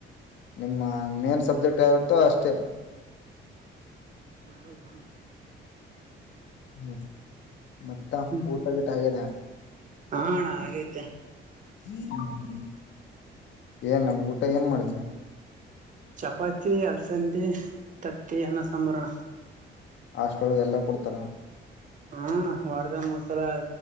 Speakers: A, on the left; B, on the right.
A: ನಿಮ್ಮ ಮೇನ್ ಸಬ್ಜೆಕ್ಟ್ ಆಗರುತ್ತೋ ಅಷ್ಟೇ
B: ಹ ಹೌದ
A: ಹ್ಮ್ ಮತ್ತ ಊಟ
B: ಹ್ಮ್
A: ಗಿಟ್ಟ ಆಗಿದೆ
B: ಹಾ ಅಣ್ಣ ಹಾಗೈತೆ
A: ಹ್ ಹ್ಮ ಏನ್ ನಮ್ ಊಟ ಏನ್ ಮಾಡಿದ್ರಿ
B: ಚಪಾತಿ ಅಲಸಂದಿ ತತ್ತಿ ಅನ್ನ ಸಾಂಬಾರಣ್ಣ
A: ಹಾಸ್ಟೆಲ್ಗೆ ಎಲ್ಲಾ ಕೊಡ್ತಾರ
B: ಹ ವಾರದ ಮೂರ್ಸಲ